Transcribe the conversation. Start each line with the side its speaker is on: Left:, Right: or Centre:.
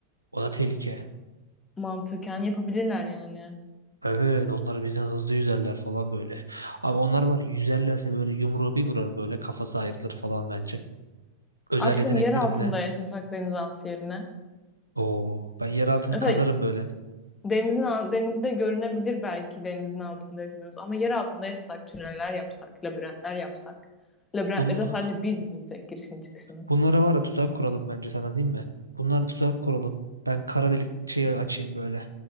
Right: O da tehlike.
Left: mantıken yapabilirler yani.
Right: Evet, onlar bizden hızlı yüzerler falan böyle. Ama onlar var ya, yüzerlerse böyle yumruğu bir vurar böyle kafası ayrılır falan bence. Özel
Left: Aşkım
Right: yeteneklerimle.
Left: yer altında yaşasak denizaltı yerine.
Right: Oo, ben yer altını
Left: Mesela
Right: kazarım böyle.
Left: denizin al- denizde görünebilir belki denizin altında yaşadığımız ama yer altında yaşasak tüneller yapsak, labirentler yapsak. Labirentleri
Right: Bunun
Left: de sadece biz bilsek girişini çıkışını.
Right: Bunlara var ya tuzak kuralım bence sana değil mi? Bunlara tuzak kuralım. Ben kara delik şeyi açayım böyle.